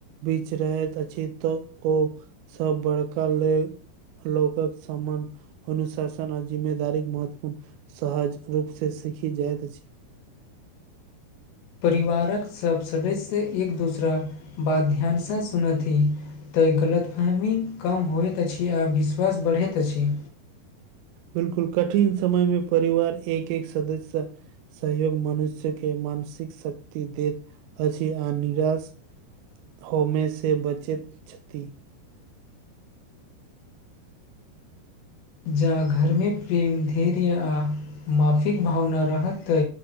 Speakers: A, on the right; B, on the left.
A: बीच रहैत अछि तऽ ओ सभ बड़का ले। लौगक सम्मान अनुशासन आ जिम्मेदारी महत्वपूर्ण। सहज रूपसँ सीखी जाइत अछि।
B: परिवारक सभ सदस्य एक दोसरााक बात ध्यानसँ सुनथि। तऽ गलतफहमी कम होइत अछि आ विश्वास बढ़ैत अछि।
A: बिल्कूल कठिन समय मे परिवार एक एक सदस्य सहयोग मनुष्य के मानसिक शक्ति देत अछि आ निराश होमे से बचैत छथि
B: जा घर मे प्रेम धैर्य आ माफीक भावना रहतै